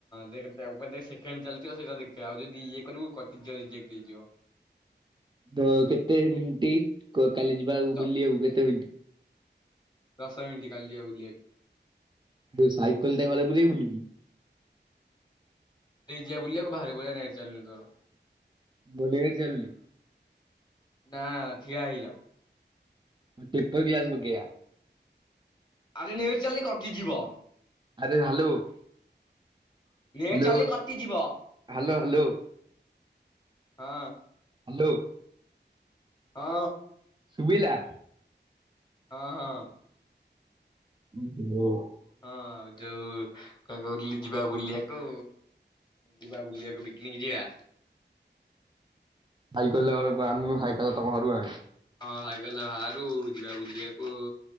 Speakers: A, on the left; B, on the right.
A: ଦେଖ ସେକେଣ୍ଡ ଚାଲିଥିବ ସେଇଟା ଦେଖିବା ଆଉ ଯଦି ଇଏ କରିବୁ କଟିଯିବ ରଜେକ୍ଟ ହେଇଯିବ। <inaudible>
B: ବେ କେତେ ମିନିଟ? କୁହ କାଲି ଯିବାକୁ
A: ଦ
B: ବୁଲିବାକୁ କେତେ ମିଟି
A: ଦଶ ମିିନିଟେ କାଲି ଆଉ ଜିଆକୁ
B: ଦେଇ ସାଇକେଲଟା ଘରେ ପୁରେଇ ଦେଲୁକି? <inaudible>
A: ଯ ବୁଲିବାକୁ ବାହାରି ପଆ ନେଟ ଚାଲୁନି ତୋର।
B: ବଲେଗଡ଼ ଚାଲିଲି
A: ନା ଠିଆ ହେଇଯାଅ।
B: ପେପର ଗ୍ଲାସ ପକେଇବା।
A: ଆଜି ନେଟ ଚାଲୁନି କଟିଯିବ।
B: ଆରେ ହ୍ୟାଲୋ। ହ୍ୟାଲୋ
A: ନେଟ୍ ଚାଲିଲେ କଟିଯିବ
B: ହ୍ୟାଲୋ ହ୍ୟାଲୋ।
A: ହଁ।
B: ହ୍ୟାଲୋ।
A: ହଁ।
B: ଶୁବିଲା?
A: ହଁ ହଁ।
B: <unintelligible>
A: ହଁ ଆଉ ଯୋଉ କଣ କହୁଥିଲି ଯିବା ବୁଲିବାକୁ ଯିବା ବୁଲିବାକୁ ପି ନିିକ ଯିବା।
B: ଭାଇ କହିଲା <unintelligible> ଭାଇ କହିଲା ତମ ଘରକୁ ଆଣ
A: ହଁ ଭାଇ କହିଲା ବାହାରୁ ଯିବା ବୁଲିଆକୁ